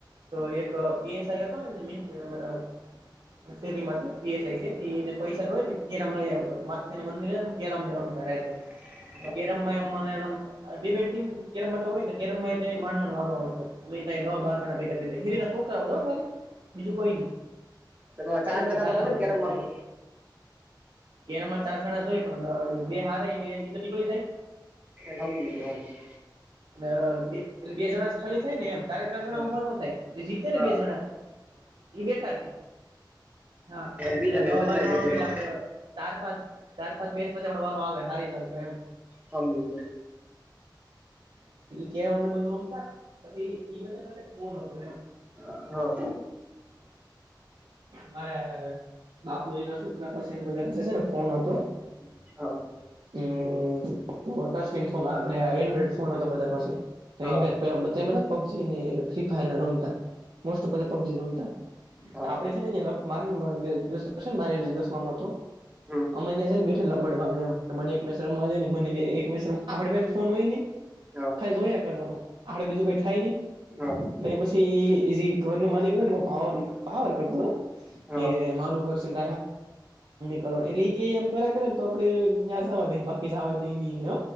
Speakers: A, on the right; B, on the right.
A: તો એક <unintelligible> માંીસ છેને પૈસા તો હોય તમ મંદિર. એમ નરમતા રહે.
B: <inaudible>
A: તો કેરમ માં એમને કેરમમાં તો હોય ને. ત માંણ વારો આવતો અ દવા બારણા ભેગા થાય હરી શોક કરી બીજું કોઈ નહી
B: પેલો
A: ખાલી
B: ચાર જણા
A: મારે જ
B: પણ રમે ને કેરમમાં
A: બધા
B: તો
A: એમ. કેરમાં ચાર જણા જોઈએ પણ બે હાર બે એ તો નીકળી જાય.
B: ગ બી <unintelligible>
A: બે જણાસ ખાલી થાય ને એમ તારે ચાર જણા
B: એમ
A: ઉભા ન થાય જીતે
B: હા
A: ને બે જણા ઈ બેઠા રે. હા
B: બીજા
A: એટલેવા
B: બે બદલાય
A: બષણ
B: પછી
A: હોય
B: એમાં
A: એટલે આપડે ચાર પાંચ ચાર પાંચ મિનટ પછી આપડો વારો આવે હારી જ આવ તો એમ.
B: અમ બીજ.
A: કે અમને બધું રમતા પછી બધાને ફોન હતો એમ
B: હા
A: મારે બાપુજી ના છોકરા પાછ બધાશે ને ફોન હતો.
B: હ <inaudible>
A: હ તો ટચ સ્ક્રીન ફો આપે એન્ડ્રોઈડ ફોન હતો બધા પાસે. તો
B: હા
A: એની બધા પબજી ને ફ્રી ફાયર રમતા. મોસ્ટ ઓફ બધા પબજી રમતા
B: હા હા
A: આપડે રે મારે ન માર બે દસમાં હતો
B: હમ
A: અમન્યા છે ને બેઠને લબડવા મને એક <unintelligible> રમવા મને એકમ આપ ફોન હોય ને
B: હા
A: ખાલી જોયા કરવાનું આપડે બીજું કઈ થાય નહી.
B: હા
A: તો પછી એ ઘર નો માલિક હતો પાવર ભર કરતો
B: હા
A: કે
B: હા
A: મારું ઘર. તમ કરવા એટલે એ એમ કર કરે ને તો આપડે ત્યાં જવા દઈએ બાકી જવા દઈ નહી ને